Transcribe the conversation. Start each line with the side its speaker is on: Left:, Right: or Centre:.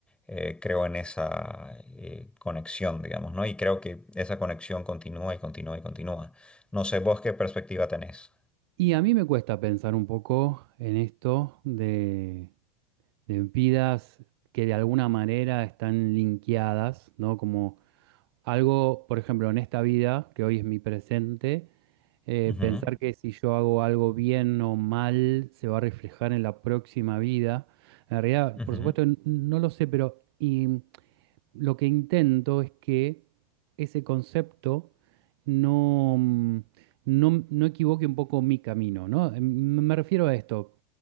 Centre: Eh, creo en esa eh, conexión, digamos, ¿no? Y creo que esa conexión continúa y continúa y continúa. No sé vos qué perspectiva tenés.
Right: Y a mí me cuesta pensar un poco en esto de de vidas que de alguna manera están linkeadas, ¿no? Como algo, por ejemplo, en esta vida, que hoy es mi presente, eh,
Centre: Ujú,
Right: pensar que si yo hago algo bien o mal, se va a reflejar en la próxima vida. En realidad,
Centre: ujú,
Right: por supuesto, n- no lo sé, pero y, lo que intento es que ese concepto no, mm, no, no equivoque un poco mi camino, ¿no? Em, Me refiero a esto,